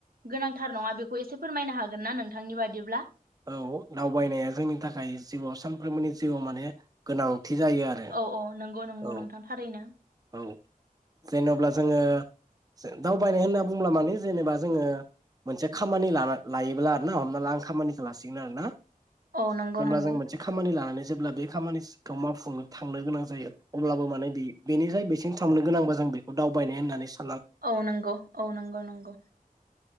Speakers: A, on the right; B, on the right.
A: गोनांथार नङा बेखौ एसे फोरमायनो हागोन ना नोंथांनि बादिब्ला?
B: औ दावबायनाया जोंनि थाखाय जिउआव सानफ्रोमबोनि जिउआव माने गोनां थि जायो आरो
A: औ औ नंगौ नंगौ
B: औ
A: नोंथां थारैनो
B: औ जेनेब्ला जोङो दावबायनाय होनना बुंब्ला माने जेनेबा जोङो मोनसे खामानि लाना लायोब्ला आरोना हमना ला आं खामानि लासिगोन आरो ना
A: औ नंगौ
B: जेब्ला
A: नंगौ
B: जों मोनसे खामानि लानानै जेब्ला बे खामानिखौ मावफुनो थांनो गोनां जायो अब्लाबो माने बेनिफ्राय बेसिम थांनो गोनांबा जों बेखौ दावबायनाय होननानै सान
A: औ नंगौ औ नंगौ नंगौ